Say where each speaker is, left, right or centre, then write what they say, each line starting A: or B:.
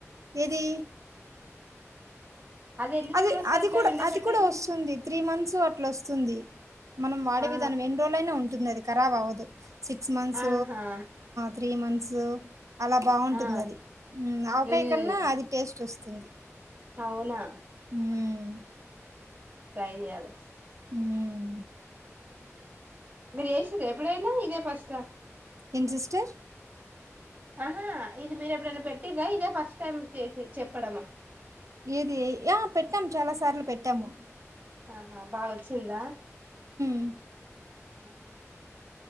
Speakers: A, on the right; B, on the right.
A: ఏది
B: ఎన్ని
A: అది
B: రోజులు వస్తది
A: అది
B: అట్లా
A: కూడా
B: ఎండబెట్టింది
A: అది కూడా వస్తుంది త్రీ మంత్స్ అట్లా వస్తుంది మనం వాడే
B: ఆ
A: విధానం ఎన్ని రోజులు అయినా ఉంటుంది అది కరాబ్ అవ్వదు సిక్స్ మంత్స్
B: ఆహా
A: త్రీ మంత్స్ అలా బాగుంటుంది
B: ఆ
A: అది అ అంత
B: ఉమ్
A: కన్నా అది టేస్ట్ వస్తుంది
B: అవునా
A: ఉమ్
B: ట్రై చెయ్యాలా
A: మ్మ్
B: మీరు చేసిర ఎప్పుడైనా ఇదే ఫస్ట్
A: ఏం సిస్టర్
B: ఆహా ఇది మీరు ఎప్పుడైనా పెట్టిరా ఇదే ఫస్ట్ టైమ్ చేసి చెప్పడమా
A: ఏది ఆ పెట్టాము చాలా సార్లు పెట్టాము
B: ఆహా బాగా వచ్చిందా
A: అ
B: ఆ